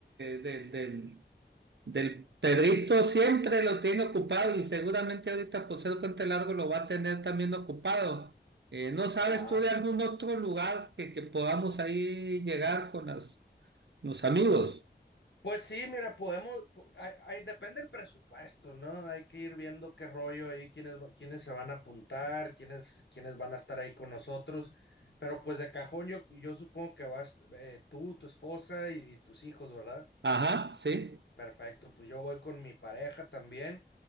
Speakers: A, on the right; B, on the left.
A: del, del, del Pedrito siempre lo tiene ocupado y seguramente ahorita por ser Puente Largo lo va a tener también ocupado. Eh, ¿no sabes
B: Ajá.
A: tú de algún otro lugar que, que podamos ahí llegar con las- los amigos?
B: Pues sí, mira, podemos, po- hay- hay- depende del presupuesto, ¿no? Hay que ir viendo qué rollo ahí, quiénes, va- quiénes se van a apuntar, quiénes, quiénes van a estar ahí con nosotros. Pero pues de cajón yo, yo supongo que vas eh, tú, tu esposa y y tus hijos, ¿verdad?
A: Ajá, sí.
B: Perfecto, pues yo voy con mi pareja también.